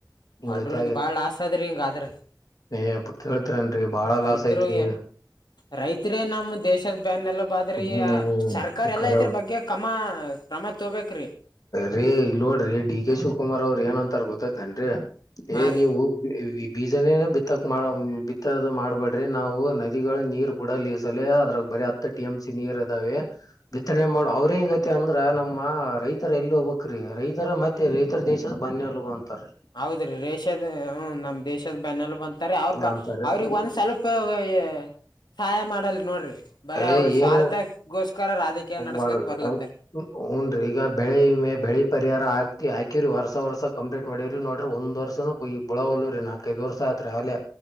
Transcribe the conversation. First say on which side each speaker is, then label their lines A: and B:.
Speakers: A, on the left; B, on the left.
A: ಹಿಂಗತಿ
B: ಬಡುರದು ಬಾಳ ಲಾಸ್ ಅದ್ರಿ ಹಿಂಗ ಆದ್ರ.
A: ಎ ಪ್ಪ ಕೇಳ್ತೇತಿರೆಂಡ್ರಿ ಬಾಳ
B: ರೈತರು
A: ಲಾಸ್ ಐತ್ರಿ.
B: ರೈತರೇ ನಮ್ಮ ದೇಶದ ಬೆನ್ನ ಎಲಬು ಆದ್ರಿ
A: ಹ್ಮ್
B: ಸರ್ಕಾರ ಎಲ್ಲಾ
A: ಕರೆ
B: ಇದ್ರ ಬಗ್ಗೆ ಕಮಾ ಕ್ರಮ ತೊಬೇಕ್ರಿ.
A: ರೀ ಇಲ್ಲ ನೋಡ್ರಿ ಡಿ ಕೆ ಶಿವಕುಮಾರ್ ಅವರು ಏನಂತಾರ ಗೊತ್ತೈತೇನಡ್ರಿ.
B: ಹಾ
A: ಏ
B: ರೀ
A: ನೀವು ಬಿವಿ ಬೀಜನೇ. ಬಿತ್ತಕ ಮಾಡ ಬಿತ್ತದ ಮಾಡ್ಬೇಡ್ರಿ ನಾವು ನದಿಗಳ ನೀರ ಕೂಡಲ ಇಸಲೆ ಅದ್ರಾಗ ಬರಿ ಹತ್. ಟಿ ಎಂ ಸಿ ನೀರ್ ಅದಾವೆ. ಬಿತರಣೆ ಮಾಡು ಅವ್ರ ಹೆಂಗತಿ ಅಂದ್ರ ನಮ್ಮ ರೈತರ ಎಲ್ಲಿ ಹೋಗಬಕ್ರೀ ರೈತರ ಮತ್ತ ತ್ತ ವೇಕಲ್ ದೇಶದ ಬನ್ನಿಲವು ಅಂತ ರೀ.
B: ಹೌದ್ರೀ ರೇಶದ ಹ ನಮ್ ದೇಶದ ಬೆನ್ನೆಲ್ಲಬ ಅಂತರಿ ಅವ್ರ ಬ
A: ಅಂತಾರೀ
B: ಅವ್ರಗ ಒಂದ್ ಸ್ವಲ್ಪ ಅ ವಯ್ಯ ಸಾಯ ಮಾಡಲ್ ನೋಡ್ರಿ. ಬರ ಅವರ
A: ಏ
B: ಸ್ವಾರ್ಥಗೋಸ್ಕರ
A: ಏನ
B: ರಾದಕೀಯ ನಡ್ಸ್ಕತ್
A: ಮಾಡುದು
B: ಬರ್ಲತ್ತಾರೀ.
A: ಹುನ್ರಿ ಈಗ ಬೆಳಿ ಬೆಳಿ ಪರಿಹಾರ ಹಾಕಿ ಹಾಕಿರಿ ವರ್ಸ ವರ್ಸ ಕಂಪಿಟ್ ನೋಡಿರಿ ನೋಡಿರಿ ಒಂದ ವರ್ಸನು ಬೀಳವಲ್ಲುರಿ ನಾಕೈದ ವರ್ಷ ಆಯ್ತಾ ಆಗ್ಲೇ